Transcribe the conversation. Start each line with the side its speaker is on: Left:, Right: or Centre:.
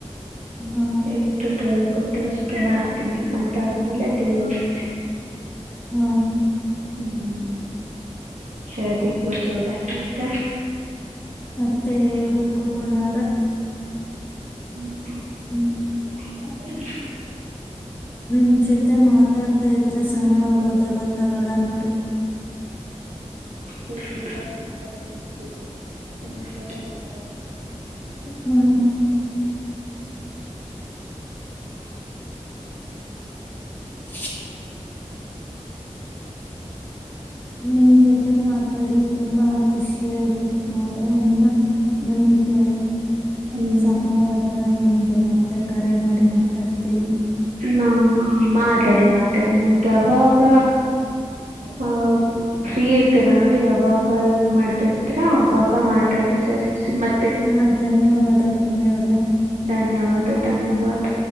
Left: ಹಾ
Right: ಎಷ್ಟು ಟ್ರಯ ಗೊತ್ತವಷ್ಟ ಮಾಡ್ತೀವಿ ಅದಾದ್ಮೇಲೆ ಅ ದೇವ್ರ್ ಇಚ್ಛೆ.
Left: ಹ್ಮ.
Right: ಹ್ಮ್ ಸರಿ ಪೂಜಾವ್ರೆ ಆಯ್ತ.
Left: ಮತ್ತೆ ಹೇಳ್ಬೇಕು. ಪುಣ್ಯವ್ರೆ.
Right: ಹ್ಮ್.
Left: ಹ್ಮ್.
Right: <unintelligible> ಏನು ಓದ್ತಿರ.
Left: ನಿಮ್ ಜೊತೆ ಮಾತಾಡ್ತಾ ಇದ್ರೆ ಸಮಯ ಹೋಗೋದೆ ಗೊತ್ತಾಗಲ್ಲ ನೋಡಿ.
Right: <unintelligible> ಸರಿ ಟೈಂ ಹೋಗದೆ ಗೊತ್ತಾಗಲ್ಲ.
Left: ಹ್ಮ್. <unintelligible> ನಿಮ್ ಜೊತೆ ಮಾತಾಡಿ ತುಂಬಾ ಖುಷಿ ಆಯ್ತು ಪುಣ್ಯವ್ರ ಇನ್ನ ನಮಿಗೆ.
Right: ಹ್ಞೂ
Left: ಸಮಯ ಆದಾಗ ನಿಮ್ಗೆ ಮತ್ತೆ ಕರೆ ಮಾಡ್ ಎ ಮಾತಾಡ್ತಿವಿ.
Right: ನಾವ್ ಮಾತಾಡಿ ಮಾತಾಡಿ ನಿಮ್ಗ ಯಾವಾಗ ಆ ಫ್ರೀ ಇರ್ತೀರ ನೋಡಿ ಯಾವಾಗ ಏನು ಮಾಡ್ತಾ ಇರ್ತೀರಾ ಅವಾಗ ಮಾತಾಡಿ ಸರಿಸ್ ಮಾ
Left: ಹಾ ಧನ್ಯವಾದ ಪುಣ್ಯವ್ರೆ.
Right: ಧನ್ಯವಾದ ಧನ್ಯವಾದ.